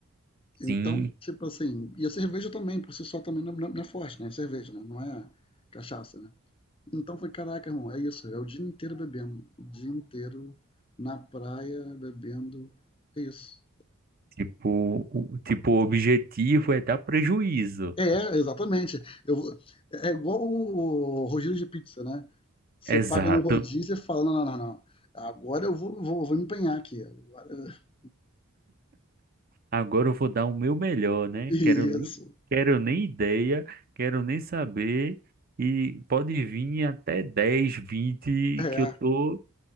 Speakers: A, on the left (about 25°); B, on the right (about 40°).
A: Então,
B: sim,
A: tipo assim, e a cerveja também, por si só, também não, é, não- é, não é forte, né? É cerveja, né? Não é cachaça, né? Então foi, caraca, irmão, é isso. É o dia inteiro bebendo. O dia inteiro na praia, bebendo. É isso.
B: tipo, o, tipo, o objetivo é dar prejuízo.
A: É, exatamente. Eu é é igual o rodízio de pizza, né? Você
B: Exato.
A: paga no rodízio e fala: "Não, não, não, não. Agora eu vou vou vou me empenhar aqui, agora". <laughs>
B: Agora eu vou dar o meu melhor, né?
A: Isso.
B: Quero nem, quero nem ideia, quero nem saber. E pode vir até dez vinte
A: É,
B: que eu tô,